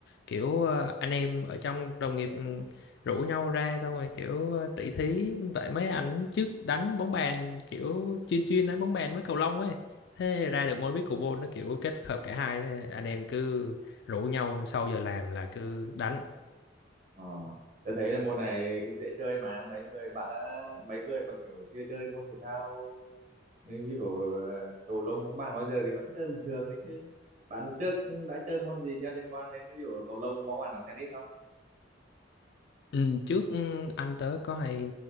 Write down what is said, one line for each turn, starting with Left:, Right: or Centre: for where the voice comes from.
Left: kiểu ờ, anh em ở trong đồng nghiệp ừ, rủ nhau ra xong rồi kiểu ờ, tỷ thí tại mấy anh trước đánh bóng bàn kiểu chuyên chuyên đánh bóng bàn với cầu lông ấy thế ra được môn biết cầu nó kiểu kết hợp cả hai thế anh em cứ rủ nhau sau giờ làm là cứ đánh
Right: Ờ, tôi thấy là môn này cũng dễ chơi mà mấy người bạn đã mấy người mà kiểu chưa chơi môn thể thao ờ, như kiểu ờ, cầu lông bóng bàn bao giờ thì vẫn chơi bình thường đấy chứ. Bạn trước đã chơi môn gì cho liên quan đến ví dụ cầu lông, bóng bàn hoặc tennis không?
Left: Ừ, trước ừ, anh tớ có hay